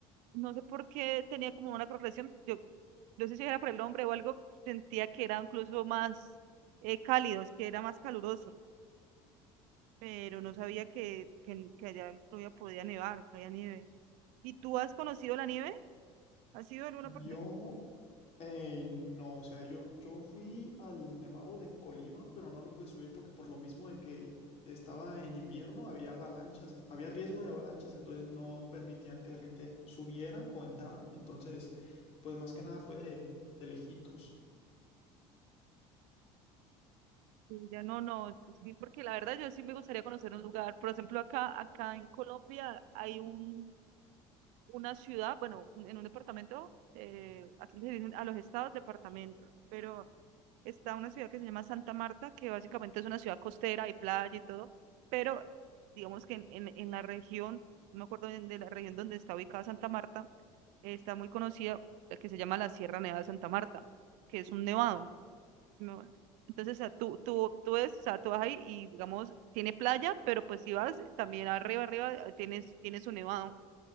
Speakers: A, on the right (about 70°); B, on the left (about 50°).
A: no sé por qué tenía como una correlación. Yo no sé si era por el nombre o algo, sentía que era incluso más eh, cálido, es que era más caluroso, pero no sabía que, que, que allá en Colombia podía nevar, que había nieve. ¿Y tú has conocido la nieve? ¿Has ido a alguna
B: Yo
A: parte?
B: Eh, no, o sea, yo, yo fui al Nevado de Colima, pero no lo pude subir porque por lo mismo de que estaba en invierno, había avalanchas, eh, había riesgo de avalanchas, entonces no permitían que la gente subiera o entrara. Entonces, pues más que nada fue de, de lejitos.
A: Sí, Ya no, no, sí, porque la verdad yo sí me gustaría conocer un lugar. Por ejemplo, acá, acá en Colombia hay un, una ciudad, bueno, un- en un departamento, eh, aquí se dicen a los estados departamentos, pero está una ciudad que se llama Santa Marta, que básicamente es una ciudad costera, hay playa y todo, pero digamos que en, en, en la región, no me acuerdo de, de la región donde está ubicada Santa Marta, eh, está muy conocida la que se llama la Sierra Nevada de Santa Marta, que es un nevado sí me vuelvo. Entonces, o sea, tú, tú, tú, es, o sea, tú vas ahí y, digamos, tiene playa, pero pues si vas eh, también arriba, arriba, eh, tienes, tienes un nevado.